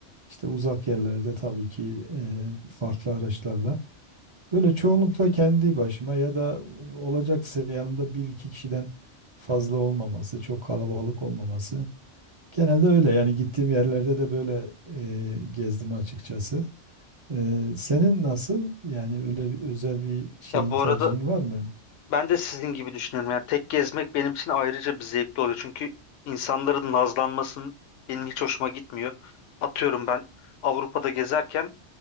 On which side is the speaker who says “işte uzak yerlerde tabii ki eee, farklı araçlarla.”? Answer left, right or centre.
Right